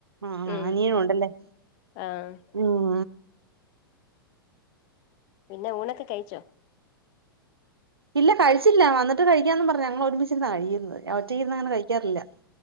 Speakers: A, on the right; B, on the left.
A: ആ
B: ഉം
A: അനിയനും ഉണ്ടല്ലേ
B: ആഹ്
A: ഉം
B: പിന്നെ ഊണോക്കെ കഴിച്ചോ
A: ഇല്ല കഴിച്ചില്ല വന്നിട്ട് കഴിക്കാന്ന് പറഞ്ഞ ഞങ്ങൾ ഒരുമിച്ചിരുന്ന കഴിക്കുന്നത് ഞാനൊറ്റക്ക് ഇരുന്ന് അങ്ങനെ കഴിക്കാറില്ല